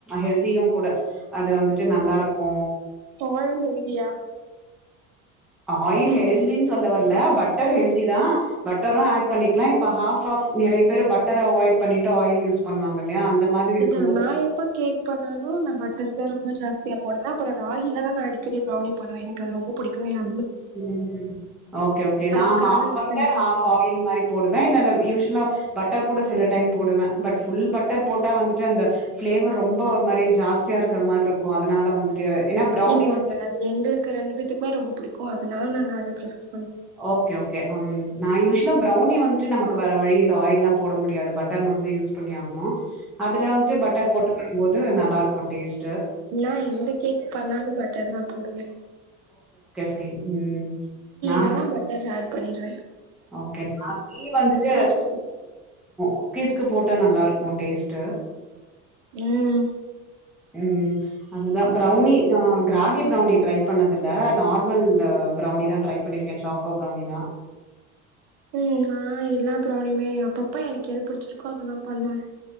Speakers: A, in the centre; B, on the right (about 75°).
A: ஹெல்தியு கூட அது வந்துட்டு நல்லா இருக்கு
B: ஆயில் ஹெல்தியா
A: ஆயில் ஹெல்தினு சொல்ல வர்ல பட்டர் ஹெல்திதா பட்டரும் ஆட் பண்ணிக்கலா இப்ப ஹாஃப் ஹாஃப் நெறய பேர் பட்டர அவாய்ட் பண்ணிட் ஆயில் யூஸ் பண்ணுவாங்கல்லையா அந்த மாதிரி இருக்கும்போது
B: இல்ல நா எப்ப கேக் பண்ணாலு நா பட் டர் தா ரொம்ப ஜாஸ்தியா போடுவே அப்றோ ராகில தா நா அடிக்கடி ப்ரௌனி பண்ணுவே அது எனக்கு ரொம்ப பிடிக்கு என்
A: ம் ஓகே ஓகே நா
B: அதுக்காக
A: ஹாஃப்
B: நா
A: பட்டர்
B: கண்டிப்பா
A: ஹாஃப்
B: பண்ணுவே
A: ஆயில் மாரி போடுவே இல்ல இ யூஷ்லா பட்டர் கூட சில டைம் போடுவே பட் ஃபுல் பட்டர் போட்டா வந்துட்டு அந்த ஃபிளேவர் ரொம்ப ஒரு மாரி ஜாஸ்தியா இருக்கிற மாரி இருக்கு அதனால வந்துட்டு ஏன்னா ப்ரௌனி
B: இல்ல
A: வந்து
B: இல்ல அது எங்களுக்கு ரெண்டு பேத்துக்குமே ரொம்ப புடிக்கும் ஓ அதனால நாங்க அத பிரஃபர்
A: ஓகே ஓகே அம் நா யூஷ் லா ப்ரௌனி வந்துட்டு நமக்கு வர வழியில்ல ஆயில்லா போட முடியாது பட்டர் மட்டுந்தா யூஸ் பண்ணி ஆகணு அதுல வந்துடு பட்டர் போட்டு பண்ணு போது நல்லா இருக்கு டேஸ்ட்
B: நா எந்த கேக் பண்ணாலு பட்டர் தா போடுவே
A: அயின் ம் நான்
B: லல்லா பட்டர் அடு பண்ணிடுவே
A: ஓகே நா கீ வந்து
B: புடிச்சிருக்கு
A: குக்கீஸ்கு போட்டா நல்லா இருக்கு டேஸ்ட் ட்டு
B: ம்
A: ம் அதுதா ப்ரௌனி நா ராகி ப்ரௌனி ட்ரை பண்ணது இல நார்மல் ப்ரௌனி தா ட்ரை பண்ணிருக்கே சாக்கோ ப்ரௌனி தா
B: ம் நா எல்லா ப்ரௌனியுமே அப்பப்போ எனக்கு எது புடிச்சிருக்கோ அதெல்லா பண்ணுவே